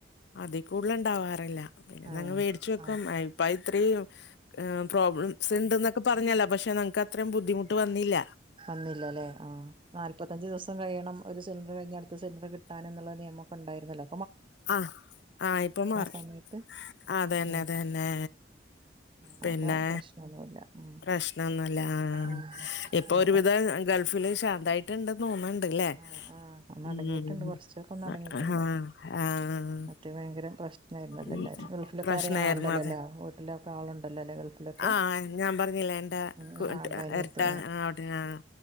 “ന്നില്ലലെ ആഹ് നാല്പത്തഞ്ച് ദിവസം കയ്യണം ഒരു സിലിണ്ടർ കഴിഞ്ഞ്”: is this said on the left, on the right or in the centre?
Right